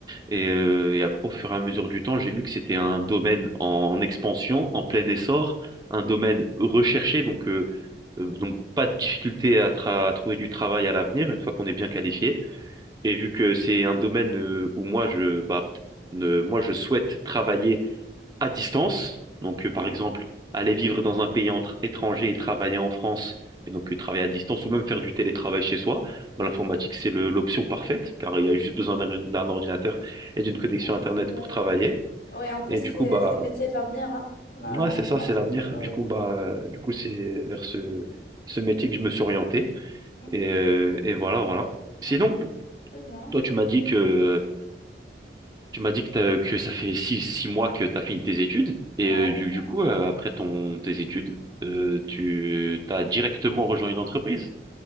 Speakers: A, on the right; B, on the left.
A: Et, euh, et après, au fur et à mesure du temps, j'ai vu que c'était un domaine en expansion, en plein essor, un domaine recherché, donc, euh, euh, donc pas de difficulté à, tra- à trouver du travail à l'avenir, une fois qu'on est bien qualifié. Et vu que c'est un domaine euh, où moi je, bah, ne- moi, je souhaite travailler à distance, donc euh,
B: Mhm.
A: par exemple aller vivre dans un pays entre étranger et travailler en France, et donc euh, travailler à distance ou même faire du télétravail chez soi, ben, l'informatique c'est le- l'option parfaite car il y a juste besoin d'un d'un ordinateur et d'une connexion
B: Ouais,
A: Internet
B: c'est vrai.
A: pour travailler.
B: Ouais, en plus,
A: Et
B: c'est
A: du coup bah
B: c'est le métier de l'avenir, hein, la-
A: ouais,
B: l'informatique.
A: c'est ça, c'est l'avenir.
B: Ouais.
A: Du coup bah euh, du coup c'est vers ce ce métier que je me suis orienté
B: Mhm.
A: et, euh, et voilà voilà. Sinon,
B: Très bien,
A: toi
B: très
A: tu
B: bien.
A: m'as dit que Tu m'as dit que, t'as- que ça fait six, six mois que tu as fini tes études et
B: Ouais.
A: euh, du,
B: ouais.
A: du coup, euh, après ton, tes études, euh, tu t'as directement rejoint une entreprise.